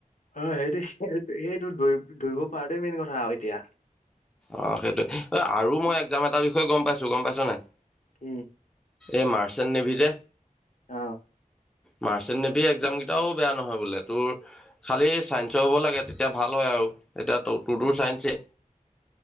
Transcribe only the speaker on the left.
অ' সেইটো এইটো দৰি দৌৰিব পৰাটোৱে মেইন কথা আৰু এতিয়া
উম
অ'